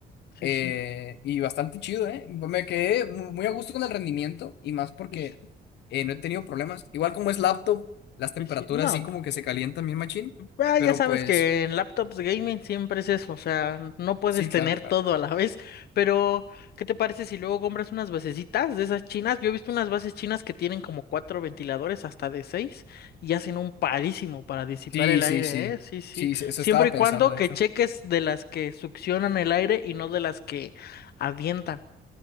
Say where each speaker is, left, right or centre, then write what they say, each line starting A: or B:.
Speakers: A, on the left (about 65°); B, on the left (about 80°).
A: Sí,
B: eh,
A: sí.
B: y bastante chido, ¿eh? Me quedé mu- muy a gusto con el rendimiento y más porque
A: Sí, sí.
B: eh, no he tenido problemas. Igual como es laptop, las temperaturas
A: sí, sí. No,
B: sí como que se calientan bien machín,
A: Ah,
B: pero
A: ya sabes
B: pues
A: que en laptops gaming siempre es eso, o sea, no puedes
B: sí, claro,
A: tener
B: claro.
A: todo a la <laughs> vez, pero ¿qué te parece si luego compras unas basecitas de esas chinas? Yo he visto unas bases chinas que tienen como cuatro ventiladores hasta de seis y hacen un parísimo para disipar
B: Sí,
A: el
B: sí,
A: aire,
B: sí.
A: ¿eh? Sí, sí.
B: Sí, eso
A: Siempre
B: estaba pensando,
A: y cuando
B: de
A: que
B: hecho.
A: cheques de las que succionan el aire y no de las que avientan.